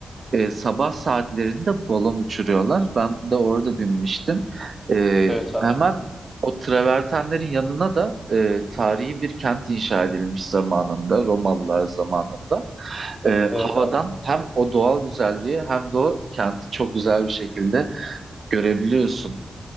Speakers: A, on the right; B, in the centre.
A: e, sabah saatlerinde balon uçuruyorlar. Ben de orada binmiştim. E,
B: Evet abi.
A: hemen o travertenlerin yanına da e, tarihi bir kent inşa edilmiş zamanında, Romalılar zamanında. E,
B: Evet
A: havadan
B: abi.
A: hem o doğal güzelliği hem de o kenti çok güzel bir şekilde görebiliyorsun.